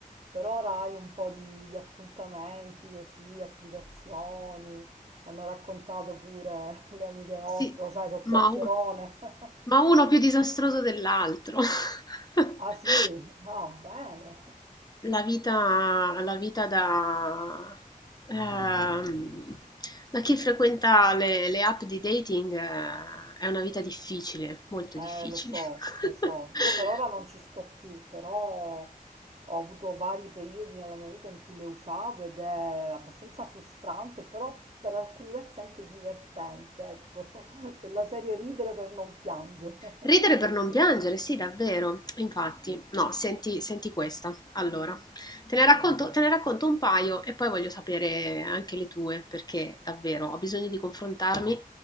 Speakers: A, on the right (about 45°); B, on the left (about 25°).
A: per ora hai un po' di, di appuntamenti così, applicazioni, mi hanno raccontato pure <laughs> le amiche nostre,
B: Sì,
A: lo sai, so chiacchierone.
B: Ma,
A: <laughs>
B: ma uno più disastroso dell'altro. <laughs>
A: Ah sì? Ah, bene.
B: La vita, la vita da, ehm, da chi frequenta le, le app di dating, eh, è una vita difficile, molto
A: Eh,
B: difficile.
A: lo so,
B: <laughs>
A: lo so. Io per ora non ci sto più, però ho avuto vari periodi nella mia vita in cui le usavo ed è abbastanza frustrante, però per alcuni versi anche divertente, ecco, <laughs> della serie ridere per non piangere.
B: Ridere
A: <laughs>
B: per non piangere, sì, davvero. Infatti, no, senti, senti questa. Allora, te ne racconto, te ne racconto un paio e poi voglio sapere anche le tue, perché davvero ho bisogno di confrontarmi,